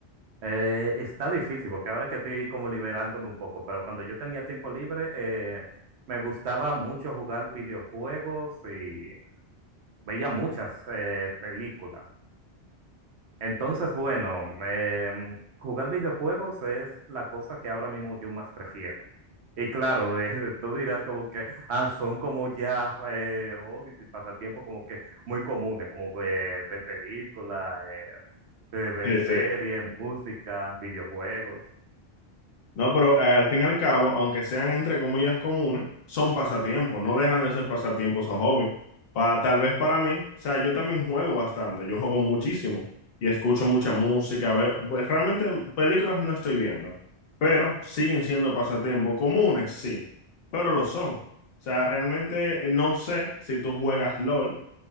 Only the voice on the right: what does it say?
eh, está difícil porque ahora que estoy como liberándome un poco, pero cuando yo tenía tiempo libre, eh, me gustaba mucho jugar videojuegos y veía muchas eh, películas. Entonces, bueno, em, jugar videojuegos es la cosa que ahora mismo yo más prefiero. Y claro, <laughs> eh, tú dirás como que, ah, son como ya eh, hobbies y pasatiempos como que muy comunes, como eh, ver películas, ver
series,
música, videojuegos.